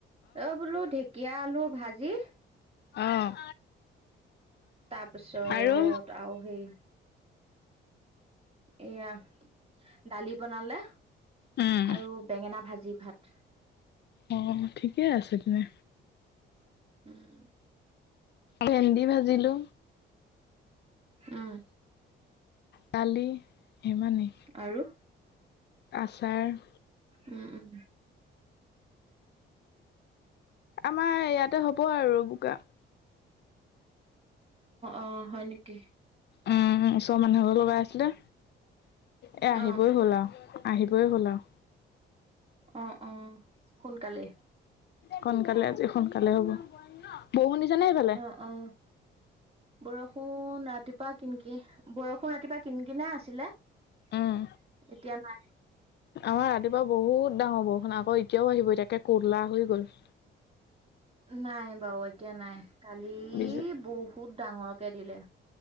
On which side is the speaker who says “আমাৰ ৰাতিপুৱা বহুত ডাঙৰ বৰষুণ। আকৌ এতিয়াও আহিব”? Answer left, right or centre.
Left